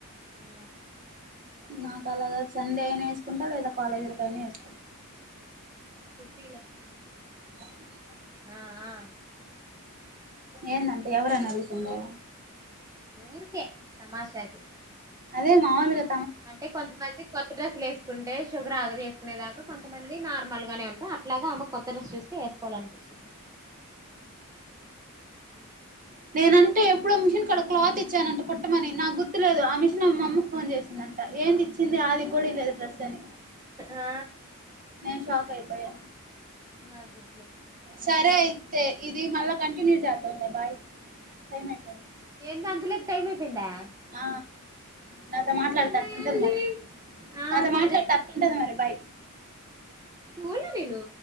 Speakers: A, on the right; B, on the right.
A: ఆ
B: నాక అలా కాదు సండే అయినా వేసుకుంటా లేదా కాలేజీలకైనా వేసుకు
A: శృతి లే
B: అవునా
A: ఆ ఆ
B: ఏందంటే ఎవరిని అడుగుతుందే
A: ఊర్కే తమాషాకి
B: అదే మామూలుగా
A: అంటే కొంతమంది కొత్త డ్రెస్సులు వేస్ కుంటే షుగర్ ఆగదు వేసుకునే దాకా కొంతమంది నార్మల్గానే ఉంటా అట్లాగా ఆమె కొత్తడ్రెస్ చూస్తే వేసుకోవాలనిపించింది ఉ
B: నేనంటే ఎప్పుడో మిషన్ కాడ క్లాత్ ఇచ్చానంట కుట్టమని నాకు గుర్తుకులేదు ఆ మిషన్ ఆమె మా అమ్మకు ఫోన్ చేసింది నట ఏంది ఇచ్చింది
A: హ్మ్
B: ఆది కూడ ఈ లేదు డ్రెస్ అని
A: ఆ
B: నేను షాక్ అయిపోయా
A: నా గు
B: సరే అయితే ఇది మళ్ళా కంటిన్యూ చేద్దాం లే బాయ్ టైం అయిపోంది
A: ఏంది అంత లేకీ టైం అయిపోయిందా
B: ఆ నాతో మాట్లాడితే
A: ఓరి
B: అట్లా
A: నాయల్ని
B: ఉంటది మరి
A: ఆ
B: నాతో
A: సరే
B: మాట్లాడితే అట్లుంటది మరి బై
A: చూళ్ళ నేను